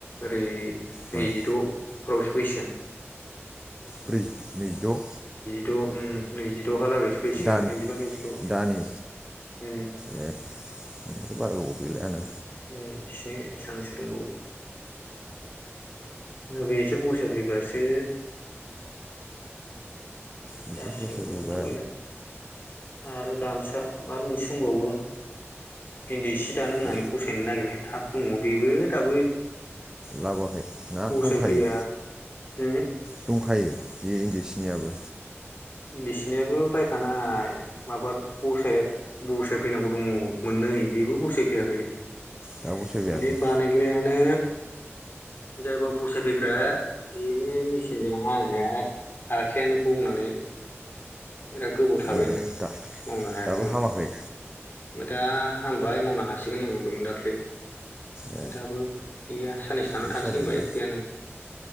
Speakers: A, on the left; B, on the right.
A: ओरै
B: माया
A: नैजिद' फाव सो फैसिगोन।
B: ब्रै नैजिद'
A: द' नैजिद' दहालागै सैयैसिगोन
B: दानि
A: नैजिबा नैजिद' उम
B: दानि
A: उम
B: ए ओमफ्राय बारा गोबाव गैला आंना
A: ओइस बे सानसो दंबावो बेसोर बसायफैबासो।
B: बिसोर
A: जारसिगोन
B: बोसोर
A: न'आवथ'
B: गैबा
A: गैला आरो गामसा मार मोनस बुंबावो इन्दि सि दान होननानै
B: जि
A: फसायनो नागिरनाय थाब दङ बेबो दाबो
B: लाबोयाखै ना
A: बसायफैया
B: दंखायो
A: उम
B: दंखायो बे इन्दि सिनियाबो।
A: इन्दि सिनियाबो बायखानाय माबा बसाय बसायफैनांगौ दङ मोननै बेबो बसायफैयाखै।
B: दाबो सोगायाखै
A: माने बानायग्राया नो जायबा बसायफैग्रा बेनो मेसिनजों हानो हाया आखायानो बौनानै बिराद गोबाव थाबायनो
B: ए दा
A: मावनो हायाखैमोन
B: दाबो हामाखै
A: ओमफाय दा हामबाय मावनो हासिगोन होनहरदोंमोन दाख्लै ओमफाय
B: ए
A: दाबो गैया साननैसो थांनानै
B: बिदिसो
A: थांसै
B: जादों
A: होनबाय
B: ने
A: गैया नै।